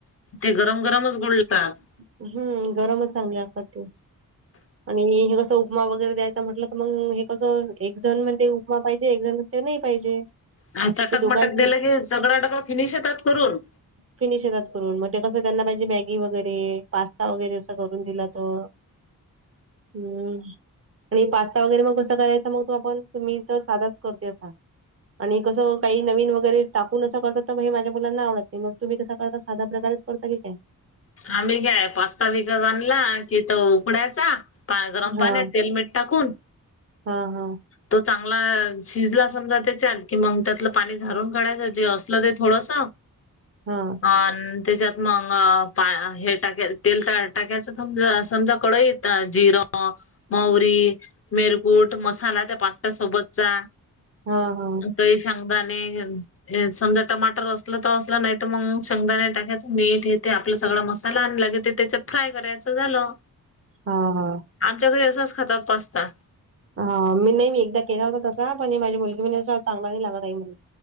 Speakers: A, on the left; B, on the right.
A: ते गरम गरमच गुलतात.
B: हम्म, गरमच चांगले असतात ते आणि हे कस उपमा वगैरे द्यायचा म्हटलं तर मग हे कसं एक जण म्हणते उपमा पाहिजे एक जण म्हणते नाही पाहिजे.
A: हा चटक
B: ते दोघांचे
A: मटक दिलं की सगळा डब्बा फिनिश येतात करून.
B: फिनिश येतात करून मग ते कसं त्यांना पाहिजे मॅगी वगैरे, पास्ता वगैरे, असं करून दिला तर हम्म आणि पास्ता वगैरे मग कसं करायचा मग तो आपण मी तर साधाच करते असा. आणि कसं काही नवीन वगैरे टाकून असं करते तर मग हे माझ्या मुलांना आवडत नाही मग तुम्ही कस करता साध्या प्रकारे करता की काय?
A: आम्ही काय पास्ता विकत आणला कि तो ऊकडायचा पा गरम पाण्यात
B: हा.
A: तेल मीठ टाकून
B: हा हा!
A: तो चांगला शिजला समजा त्याच्यात कि मग त्यातलं पाणी झारून काढायचं जे असलं ते थोडस.
B: हा!
A: अ त्याच्यात मग हे टाक तेल टाकायच समज समजा कढइत जिरा, म्हावरी, मिरकुट, मसाला त्या पास्त्या सोबतचा
B: हा हा
A: आता शेंगदाणे आणि समजा टमाटर असलं तर असलं नाही तर मग शेंगदाणे टाकायचं, मीठ हे ते आपलं सगळा मसाला आणि लगे ते त्याच्यात फ्राय करायचं झालं.
B: हा हा!
A: आमच्या घरी असाच खातात पास्ता.
B: हा, मी नाही बाई मी एकदा केला होता तसा पण ही माझी मुली म्हणे तसा चांगला नाही लागत आई म्हणे.